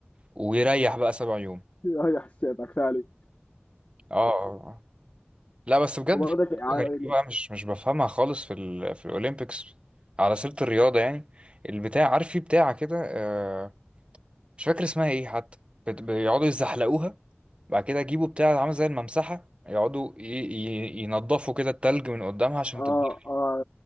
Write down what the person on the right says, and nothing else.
ويريح بقى سبع يوم
اه آه، آه. لا بس بجد
في
حاجة غريبة بقى مش مش بفهمها خالص في ال... في الأولمبيكس على سيرة الرياضة يعني البتاع عارف في بتاعة كده آه، مش فاكر اسمها ايه حتى بت- بيقعدوا يزحلقوها بعد كده يجيبوا بتاع عامل زي الممسحة يقعدوا ي... ي... ينضفوا كده التلج من قدامها عشان
تتزحلق